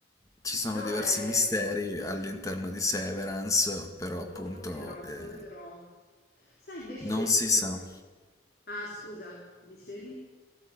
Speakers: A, on the left; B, on the left.
A: Ci sono
B: No,
A: diversi
B: ehm,
A: misteri all'interno di Severance, però appunto
B: lo, lo vedrò,
A: eh,
B: lo vedrò. Sai, invece
A: non
B: per
A: si
B: curiosità...
A: sa.
B: Ah, scusa, dicevi?